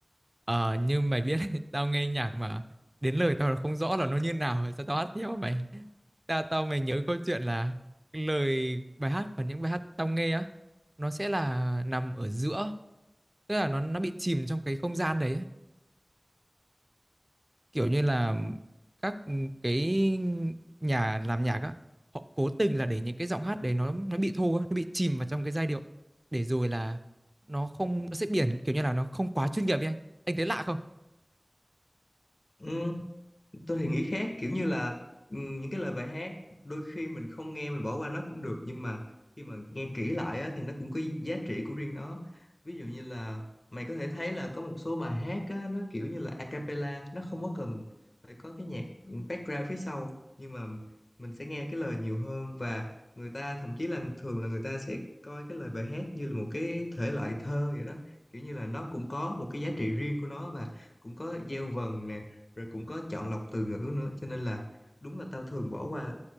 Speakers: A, on the right (about 25°); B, on the left (about 55°).
A: ờ, như mày biết đấy, <laughs> tao nghe nhạc mà đến lời tao là không rõ là nó như nào sao tao hát theo mày tao tao mày nhớ câu chuyện là lời bài hát và những bài hát tao nghe á nó sẽ là nằm ở giữa tức là nó nó bị chìm trong cái không gian đấy ấy. kiểu như là các ừ, cái nhà làm nhạc á họ cố tình là để những cái giọng hát đấy nó nó bị thô á, nó bị chìm vào trong cái giai điệu để rồi là nó không nó sẽ biển kiểu như là nó không quá chuyên nghiệp ấy anh anh thấy lạ không
B: ừ, tôi thì nghĩ khác kiểu như là ừm, những cái lời bài hát đôi khi mình không nghe mình bỏ qua nó cũng được nhưng mà khi mà nghe kỹ lại á, thì nó cũng có giá trị của riêng nó ví dụ như là mày có thể thấy là có một số bài hát á, nó kiểu như là a cappella nó không có cần phải có cái nhạc ừ, background phía sau nhưng mà mình sẽ nghe cái lời nhiều hơn và người ta thậm chí là thường là người ta sẽ coi cái lời bài hát như là một cái thể loại thơ vậy đó kiểu như là nó cũng có một cái giá trị riêng của nó và cũng có gieo vần nè rồi cũng có chọn lọc từ ngữ nữa cho nên là đúng là tao thường bỏ qua